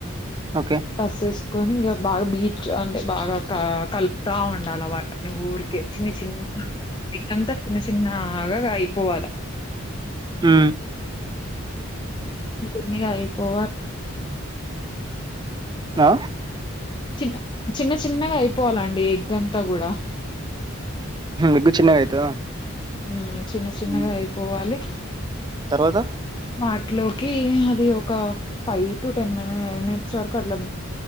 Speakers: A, on the right; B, on the left.
A: ఓకే
B: పసు ఇంగా బాగా బీట్ అంటే బాగా కలుపుతా ఉండాలి వాటిని ఊరికే చిన్న చిన్న ఎగ్ అంతా చిన్న చిన్న అగాగా అయిపోవాలా
A: ఉ
B: చిన్నగాయిపోవా
A: ఆ
B: చిన్న చిన్న చిన్నగా అయిపోవాలండి ఎగ్ అంతా గుడా
A: ఎగ్గు చిన్నగా అయితదా
B: ఉ చిన్న చిన్నగా
A: హ్మ్
B: అయిపోవాలి
A: తర్వాత
B: వాటిలోకి అది ఒక ఫైవ్ టు టెన్ మినిట్స్ వరకు అట్లా